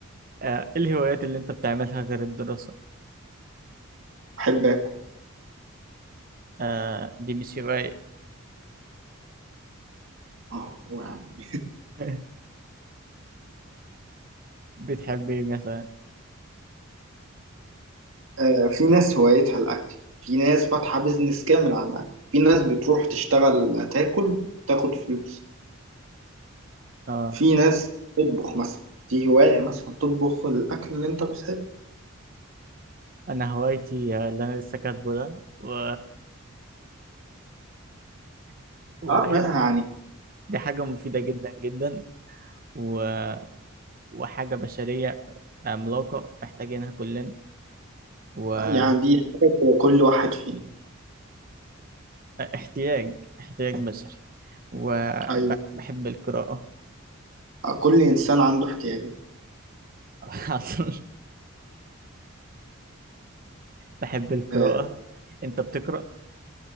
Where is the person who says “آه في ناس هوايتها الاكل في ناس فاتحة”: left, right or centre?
Right